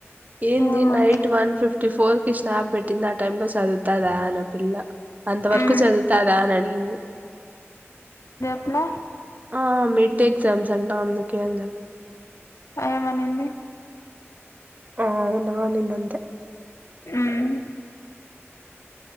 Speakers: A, on the right (about 35°); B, on the left (about 85°).
A: ఏంది
B: ఏమన్నా
A: నైట్ వన్ ఫిఫ్టీ ఫోర్ కి స్నాప్ పెట్టింది ఆ టైమ్ లో చదువుతాదా అని ఆ పిల్ల అంతవరుకు
B: ఉమ్
A: చదువుతదా అని అడిగింది
B: మే
A: ఆ మిడ్ ఎగ్జామ్స్ అంట అందుకే అని చెప్
B: ఏమనింది
A: ఆ అవున అనింది అంతే
B: ఉమ్